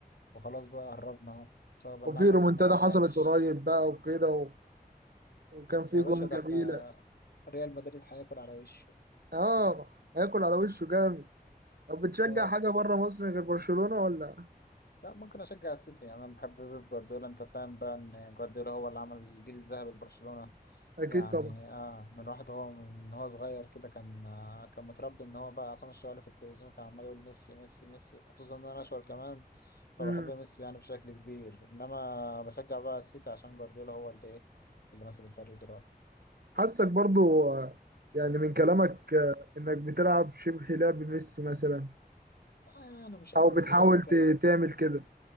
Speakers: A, on the left (about 75°); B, on the right (about 70°).
A: وخلاص بقى قربنا اهو إن شاء الله بقالنا
B: وفي
A: 10
B: رومنتادا
A: سنين ما خدناهاش
B: حصلت قريب بقى وكده و- وكان في
A: يا
B: جون
A: باشا ده
B: جميلة
A: احنا ريال مدريد هياكل على وشه
B: اه هياكل على وشه جامد طب بتشجع
A: آه،
B: حاجة بره مصر غير برشلونة ولا
A: لا ممكن اشجع السيتي يعني انا بحب بيب جوارديولا انت فاهم بقى ان جوارديولا هو اللي عمل الجيل الذهبي لبرشلونة
B: أكيد
A: يعني
B: طبعا
A: اه من واحد هو من هو صغير كده كان آه كان متربي ان هو بقى عصام الشوالي في التلفزيون كان عمال يقول ميسي ميسي ميسي خصوصا ان انا اشول كمان فبحب
B: امم
A: ميسي يعني بشكل كبير انما بشجع بقى السيتي عشان جوارديولا هو اللي ايه اللي ماسك الفريق دلوقتي
B: حاسك برضو آه، يعني من كلامك آه، إنك بتلعب شبه لعب ميسي مثلا
A: آه يعني مش قوي
B: أو بتحاول
A: كده لكن
B: ت- تعمل كده